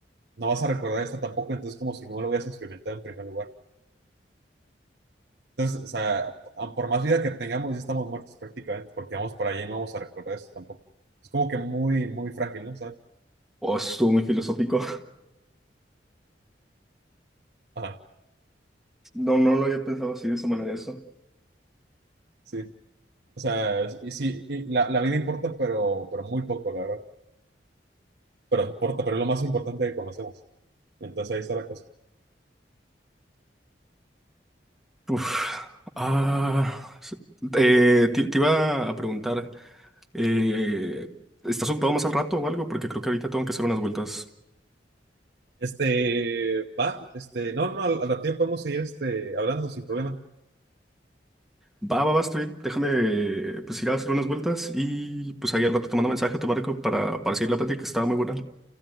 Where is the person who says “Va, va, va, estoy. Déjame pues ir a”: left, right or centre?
Centre